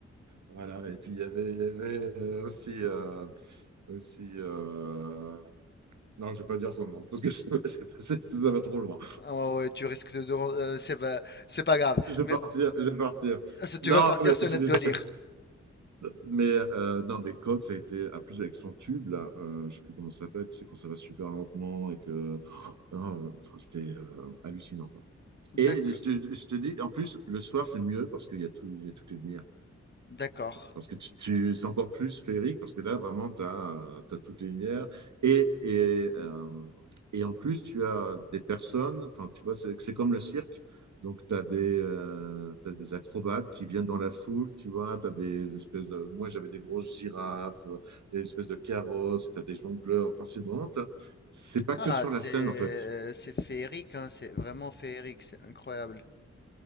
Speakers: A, on the right (about 75°); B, on the left (about 35°).
A: Voilà. Et puis il y avait, il y avait euh, aussi. euh, aussi euh, Non, je ne vais pas dire son nom, parce que <laughs> ça va trop loin.
B: Ah ouais, tu risques de... de- euh, c'est pas, c'est pas grave.
A: Je vais
B: Mais
A: partir, je vais partir.
B: ça, tu
A: Non,
B: vas partir
A: mais
B: sur
A: je suis
B: notre
A: désolé.
B: délire.
A: Mais, euh, non, mais Coq, ça a été à plus avec son tube, là. Euh, je sais plus comment ça s'appelle. Tu sais, quand ça va super lentement et que. Ah, enfin, c'était euh, hallucinant, quoi.
B: D'accord.
A: Et je te, je te dis, en plus, le soir, c'est mieux parce qu'il y a tout, il y a toutes les lumières.
B: D'accord.
A: Parce que tu, tu- c'est encore plus féerique, parce que là, vraiment, tu as, toutes les lumières. Et, et, euh, et en plus, tu as des personnes, enfin, tu vois, c'est c'est comme le cirque. Donc, tu as des, euh, t'as des acrobates qui viennent dans la foule, tu vois. Tu as des espèces de. Moi, j'avais des grosses girafes, euh, des espèces de carrosses, et tu as des jongleurs. Enfin, c'est vraiment. t'as- C'est pas
B: Ah,
A: que sur
B: c'est
A: la scène, en fait.
B: c'est féerique, hein, c'est vraiment féerique, c'est incroyable.